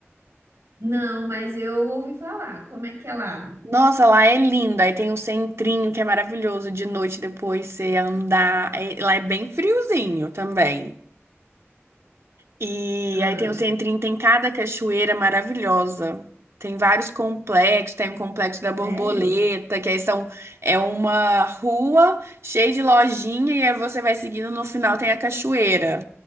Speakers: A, on the right; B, on the right.
A: Não, mas eu ouvi falar. Como é que é lá?
B: Nossa, lá é lindo, aí tem o centrinho que é maravilhoso de noite depois você andar, é- lá é bem friozinho também. E
A: Ah,
B: aí tem o centrinho, tem cada cachoeira maravilhosa. Tem vários complexos, tem o complexo da
A: sério?
B: Borboleta, que aí são, é uma rua cheia de lojinha e aí você vai seguindo, no final tem a cachoeira.